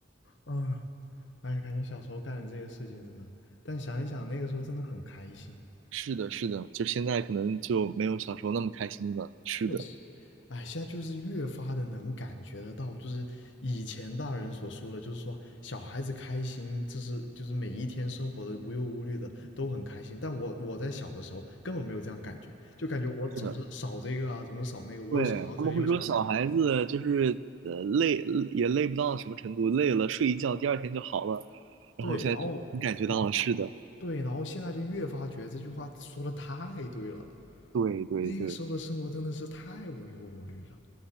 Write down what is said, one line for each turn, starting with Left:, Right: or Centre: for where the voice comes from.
Left: 啊，哎，感觉小时候干的这些事情真的，但想一想那个时候真的很开心。
Right: 是的，是的，就现在可能就没有小时候那么开心了。是的，
Left: 确实，哎，现在就是越发的能感觉得到，就是以前大人所说的，就是说小孩子开心，这是就是每一天生活的无忧无虑的都很开心。但我我在小的时候根本没有这样感觉，就感觉我总是少这个啊，
Right: 是的，
Left: 总是少那个，我又想要这个又想要那个，
Right: 对，他们会说小孩子就是呃累也累不到什么程度，累了睡一觉，第二天就好了。然后现在就能感觉到了，
Left: 对，然后哦
Right: 是的，
Left: 对，然后现在就越发觉得这句话说的太对了，
Right: 对对对，
Left: 那个时候的生活真的是太无忧无虑了。